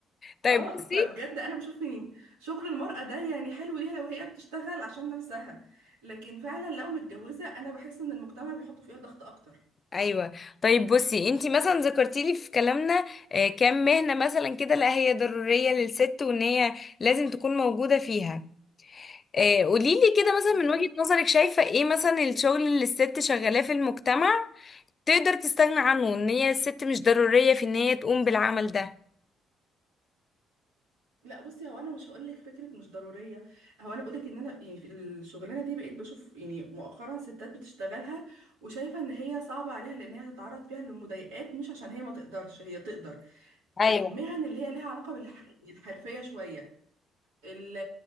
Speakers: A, on the left; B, on the right.
A: طيب
B: اه
A: بصي
B: فبجد انا بشوف ان شغل المرأة ده يعني حلو ليها لو هي بتشتغل عشان نفسها لكن فعلا لو متجوزة انا بحس ان المجتمع بيحط فيها ضغط اكتر
A: ايوه طيب بصي انت مثلا ذكرتي لي في كلامنا آه، كام مهنه مثلا كده لا هي ضروريه للست وان هي لازم تكون موجوده فيها آه، قوليلي كده مثلا
B: بالظبط
A: من وجهة نظرك شايفة ايه مثلا الشغل اللي الست شغالاه في المجتمع تقدر تستغنى عنه ان هي الست مش ضرورية في ان هي تقوم بالعمل ده
B: لا بصي هو انا مش هقول لك فكره مش ضروريه هو انا بقول لك ان انا يعني في الشغلانه دي بقيت بشوف يعني مؤخرا ستات بتشتغلها وشايفه ان هي صعبه عليها لان هي تتعرض فيها لمضايقات مش عشان هي ما تقدرش هي تقدر
A: ايوه
B: المهن اللي هي ليها علاقه بالحرفيه شويه ال-